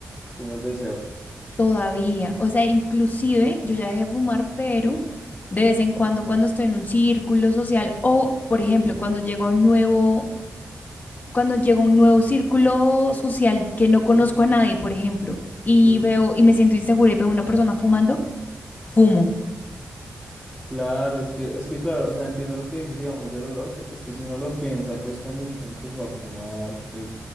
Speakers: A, in the centre; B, on the left.
A: como el deseo.
B: Todavía, o sea, inclusive yo ya dejé de fumar, pero de vez en cuando, cuando estoy en un círculo social o, por ejemplo, cuando llego a un nuevo, cuando llego a un nuevo círculo social que no
A: Sí,
B: conozco a nadie, por ejemplo, y
A: sí.
B: veo y me siento insegura y veo a una persona fumando, fumo.
A: Claro, es que, es que claro, o sea, entiendo lo que dices, digamos, del olor, porque es que si uno lo piensa, pues cuando uno empezó a fumar, pues,